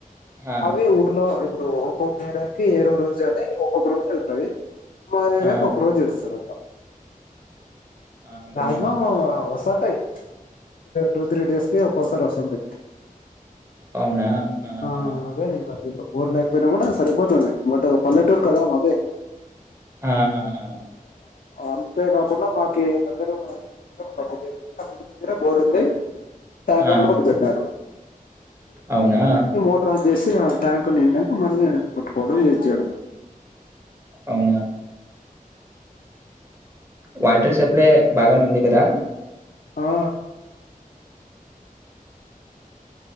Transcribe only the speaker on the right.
ఆ!
ఆ!
ఆ! బ్రో
బ్రో.
అవునా ఆహా!
ఆహాహా
ఆ!
అవునా
అవునా వాటర్ సప్లై బాగానే ఉంది కదా